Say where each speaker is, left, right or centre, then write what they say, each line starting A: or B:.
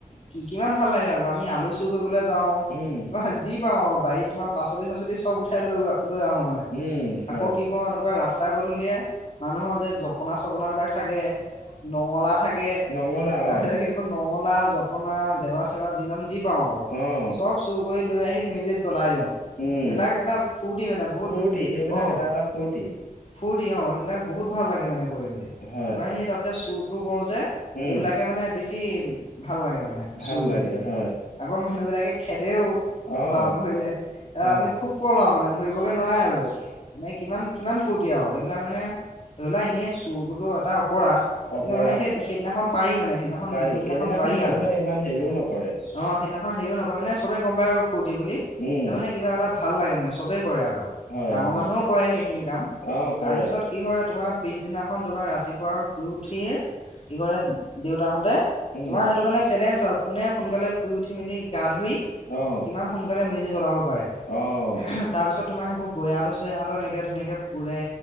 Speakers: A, on the left (about 45°); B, on the left (about 70°).
A: কি কিমান ভাল লাগে আকৌ আমি আলু চ চু কৰিবলে যাওঁ
B: উম,
A: তোমাৰ যি পাওঁ আও বাৰীত তোমাৰ পাচলি চাচলি চব উঠাই লৈ লৈ আহোঁ মানে। নে
B: উম, হয়,
A: আকৌ কি কৰোঁ এনেকুৱা ৰাস্তাই পদূলিয়ে মানুহৰ যে জপ জপনা চপনাবিলাক থাকে নঙলা থাকে।
B: নঙলা
A: তাৰপিছত
B: অ',
A: সেইবোৰ নঙলা, জপনা, জেওৰা- চেউৰা যিমান যি পাওঁ আৰু
B: অ',
A: চব চুৰ কৰি লৈ আহি মেজিত জ্বলাই দিওঁ।
B: উম,
A: এইবিলাক এটা ফূৰ্তি মানে বহুত
B: ফূৰ্তি সেইবিলাক
A: অ
B: এটা এটা ফূৰ্তি।
A: ফূৰ্তি অ, সেইবিলাক বহুত ভাল লাগে মানে কৰি মেলি।
B: হয়,
A: তাৰপা সেই তাত যে চুৰ টোৰ কৰো যে
B: উম,
A: সেইবিলাক এ মানে বেছি ভাল লাগে মানে
B: ভাল
A: চুৰ কৰি
B: লাগে
A: মেলি
B: হয়,
A: আগৰ মানুহ বিলাকে খেদেও
B: অ',
A: ধৰা পৰিলে এ
B: অ',
A: আমি খুব পলাও মানে ধৰিবগে নোৱাৰে আৰু। অ, মানে কিমান -কিমান ফূৰ্তি আওঁ সেইবিলাক মানে ধৰি লোৱা এনে চুৰটোতো এটা ওপ পৰা
B: অপৰাধ
A: কিন্তু মানে সেই
B: হয়,
A: -সেইদিনাখন এ মানে সেইদিনাখন
B: পাৰি
A: বিহু দিনাখন
B: সেইদিনাখন
A: পাৰি
B: মানুহে
A: আৰু।
B: ইমান হেৰিও নকৰে।
A: অ, সেইদিনাখন হেৰিও নকয় মানে চবেই গম পায় আৰু ফূৰ্তি বুলি
B: উম,
A: তাৰ মানে কিবা এটা ভাল লাগে মানে চবেই কৰে আৰু
B: হয়,
A: ডাঙৰ
B: হয়,
A: মানুহেও কৰে সেইখিনি কাম
B: অ',
A: তাৰপিছত
B: কৰে,
A: কি হয় তোমাৰ পিছদিনাখন তোমাৰ ৰাতিপুৱা শুই উঠিয়ে <unintelligible> দেউতাহঁতে
B: উম,
A: তোমাৰ সেইটো মানে চেলেঞ্জ আৰু কোনে সোনকালে শুই উঠি মেলি গা ধুই
B: অ',
A: কিমান সোনকালে মেজি জ্বলাব পাৰে
B: অ'।
A: <unintelligible> তাৰপিছত তোমাৰ সেইবোৰ গৈ আলু, চৈ আলু এনেকৈ ধুনীয়াকৈ পোৰে